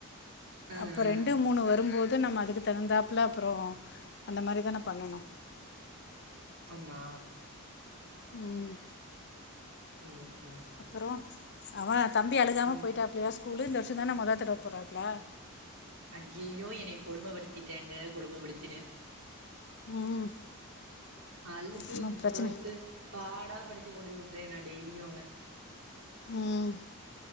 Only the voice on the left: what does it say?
அப்ப
ரெண்டு மூணு வரும்போத் கு நம்ம அதுக்கு தகுந்தாப்ல அப்றோ அந்த மாரி தான பண்ணனு
ம்
அப்பறோ
அவ தம்பி அழுகாம
போயிட்டாப்லயா ஸ்கூலு இல்ல மட்டு தானா மொத தடவ போறாப்ல
ம்
ஒன்றும் பிரச்சனை
ம்